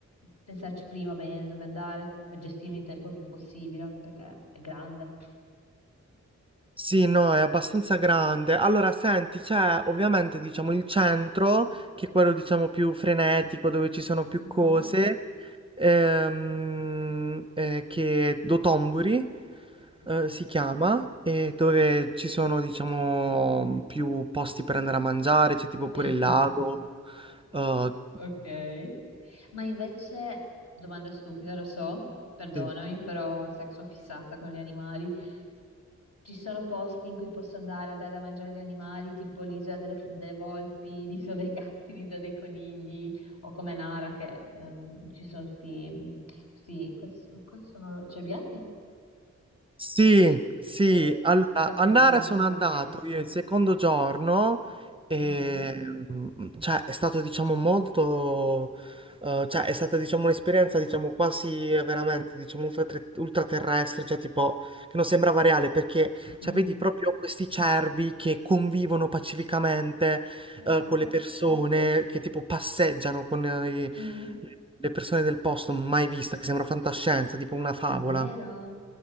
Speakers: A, on the left; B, on the right.
A: pensarci prima bene dove andare per gestirmi il tempo il più possibile, perché è grande.
B: Sì, no, è abbastanza grande. Allora, senti, c'è ovviamente, diciamo, il centro, che è quello, diciamo, più frenetico, dove ci sono più
A: Mhm.
B: cose, ehm, eh, che è Dotomburi,
A: Ok.
B: eh, si chiama, e dove ci sono, diciamo, più posti per andare a mangiare, c'è tipo pure
A: <laughs>
B: il lago. eh,
A: Ok. Ma invece, domanda stupida, lo so, perdonami,
B: sì.
A: però sai che sono fissata con gli animali. Ci sono posti in cui posso andare a dare da mangiare agli animali, tipo l'isola delle, delle volpi, <laughs> l'isola dei gatti, <laughs> l'isola dei conigli, o come Nara, che ehm, ci sono tutti, tutti cosa, so- cosa sono? Cerbiatti?
B: Sì, sì,
A: Sì,
B: allora
A: i caprioli,
B: a Nara
A: non
B: sono
A: so cosa
B: andato
A: siano.
B: io il secondo giorno e
A: Oh.
B: mm, cioè, è stato diciamo molto, eh, cioè, è stata diciamo un'esperienza diciamo quasi eh, veramente diciamo ultratre- ultraterrestre, cioè tipo che non sembrava reale perché
A: Mm.
B: cioè, vedi proprio questi cervi che convivono pacificamente
A: Oh.
B: eh, con le persone, che tipo passeggiano con eh, i-
A: Mm.
B: le persone del posto, mai vista, che sembra fantascienza, tipo una favola.
A: Davvero?